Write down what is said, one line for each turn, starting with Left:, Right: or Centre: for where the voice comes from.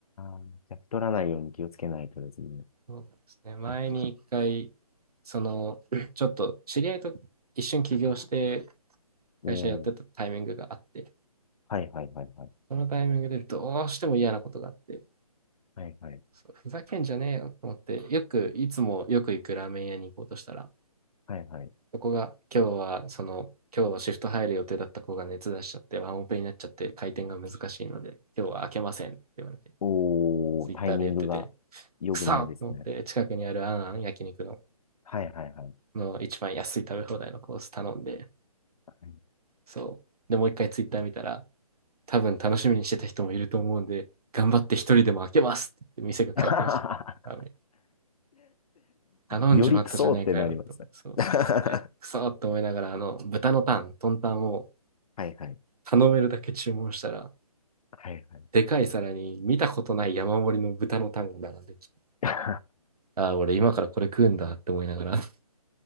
Left: あ、じゃあ太らないように気をつけないとですね。
Right: そうですね。前に一回、その、<clears throat> ちょっと知り合いと一瞬起業して、
Left: おー、
Right: 会社やってたタイミングがあって、
Left: はいはいはいはい。
Right: そのタイミングでどうしても嫌なことがあって、
Left: はいはい。
Right: そうふざけんじゃねえよと思って、よく、いつもよく行くラーメン屋に行こうとしたら、
Left: はいはい。
Right: そこが、今日は、その、今日はシフト入る予定だった子が熱出しちゃって、ワンオペになっちゃって、回転が難しいので、今日は開けませんって言われて、
Left: おー、
Right: ツイッターで言ってて、
Left: タイミングが良くないですね。
Right: くそと思って、近くにあるあんあん焼肉の
Left: はいはいはい。
Right: の一番安い食べ放題のコース頼んで、
Left: はい
Right: そう。で、もう一回ツイッター見たら、多分楽しみにしてた人もいると思うんで、頑張って一人でも開けますって店が開店して、
Left: <laughs>
Right: ダメ。頼んじまったじゃないかよと。
Left: よりクソってなりますね
Right: そ
Left: <laughs> は
Right: う。で、くそって思いながら、あの、豚のタン、トンタンを
Left: いはい。
Right: 頼めるだけ注文したら、
Left: はいはい。
Right: でかい皿に見たことない山盛りの豚のタンが並んできて、
Left: <laughs>
Right: ああ、俺今からこれ食うんだって思いながら <laughs>、